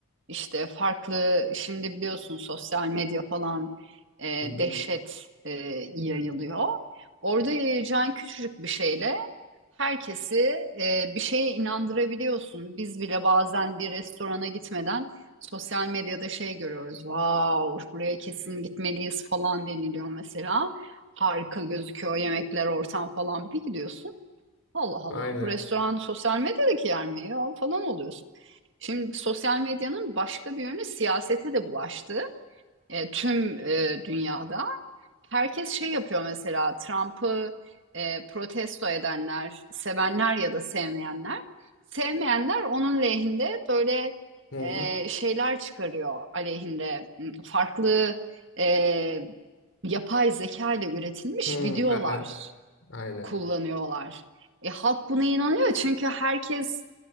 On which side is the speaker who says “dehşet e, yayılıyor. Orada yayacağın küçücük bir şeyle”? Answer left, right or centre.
Right